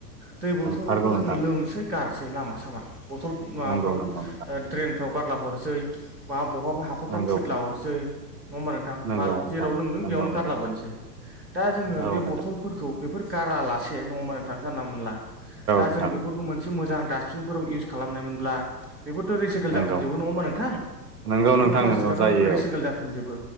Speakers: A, on the right (about 90°); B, on the right (about 60°).
A: दै बथलखौ
B: नंथारगौ
A: जोङो
B: नोंथां
A: लोमसै गार गासै लामा सामा बथल माबाफ्राव
B: नंगौ नंगौ नोंथां
A: ड्रेनफ्राव। गारला हरसै बा बहाबा हाखरफ्राव
B: नंगौ
A: खुइदला हरसै नङा होमबा नोंथां
B: नंगौ
A: बाल
B: नोंथां
A: जेराव लोंदों
B: नंगौ
A: बेयावनो
B: नोंथां
A: गारलाबोनोसै। दा जोङो
B: औ
A: बे बथलफोरखौ बेफोर गारा ला नङा होनबा नोंथां सानला मोनला दा
B: नोंथां
A: जों बेफोरखौ मोनसे मोजां दास्बिनफोराव इउस खालामनाय ब्ला बेफोरथ' रिसाइकेल
B: औ नोंथां
A: जाफिनजोबो नङा होनबा नोंथां
B: नंगौ
A: बेफोर
B: नोंथां
A: प्लास्टिकआथ'
B: नंगौ जायो
A: रिसाइकेल जाफिनजोबो।